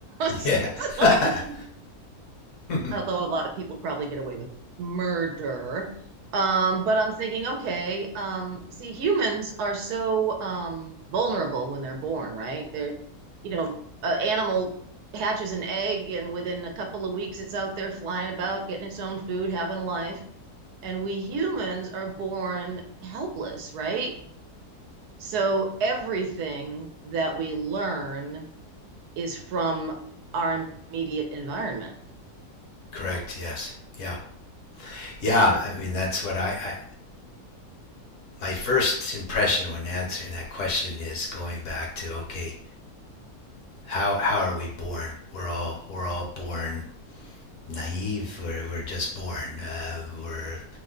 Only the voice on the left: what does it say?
yeah, <laughs>
<laughs>
Correct. Yes. Yeah. Yeah.
I mean, that's what I, I, my first impression when answering that question is going back to, okay, how, how are we born? We're all, we're all born naive. We're, we're just born. Uh, we're,